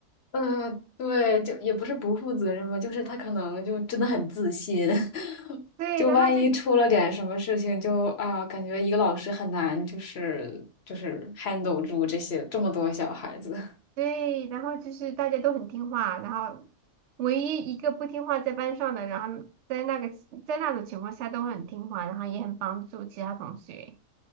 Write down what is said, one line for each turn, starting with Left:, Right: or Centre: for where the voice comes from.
Left: 嗯，呃对，就也不是不负责任吧，就是他可能就真的很自信，<laughs>
Right: <laughs> 对，
Left: 就万一出了点什么事情就，
Right: 然后就
Left: 啊，感觉一个老师很难，就是就是 handle 住这些这么多小孩子。
Right: 对，然后就是大家都很听话，然后唯一一个不听话在班上的，然后在那个在那种情况下都很听话，然后也很帮助其他同学，